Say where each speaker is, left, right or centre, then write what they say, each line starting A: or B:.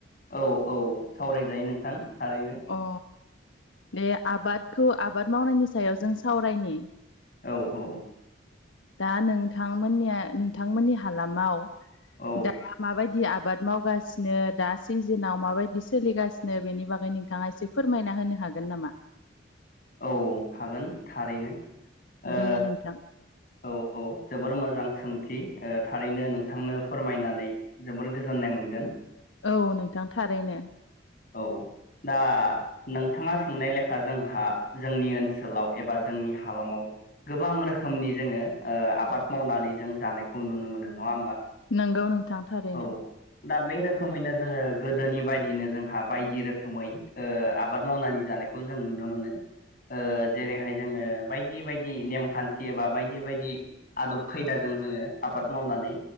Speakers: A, on the left; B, on the left.
A: औ औ सावरायजायो नोंथां थारैनो
B: अ दे आबादखौ आबाद मावनायनि सायाव जों सावरायनि
A: औ औ
B: दा नोंथांमोननिया नोंथांमोननि हालामाव
A: औ
B: दा माबायदि आबाद मावगासिनो दा सिजोनाव माबायदि सोलिगासिनो बेनि बागै नोंथाङा एसे फोरमायना होनो हागोन नामा?
A: औ हागोन थारैनो ओ
B: दे नोंथां
A: औ औ जोबोर मोजां सोंथि थारैनो नोंथांनो फोरमायनानै जोबोर गोजोननाय मोनगोन
B: औ नोंथां थारैनो
A: औ दा नोंथाङा सोंनाय लेखा जोंहा जोंनि ओनसोलाव एबा जोंनि हालामाव गोबां रोखोमनि जोङो ओ आबाद मावनानै जों जानायखौ नुनो मोनो नङा होमबा
B: नंगौ नोंथां थारैनो
A: औ दा बे रोखोमैनो जोङो गोदोनि बायदिनो जोंहा बायदि रोखोमै आबाद मावनानै जानाय जों नुनो मोनो ओ जेरैहाय जोङो बायदि बायदि नेमखानथि एबा बायदि बेबायदि आदब खायदाजों जोङो आबाद मावनानै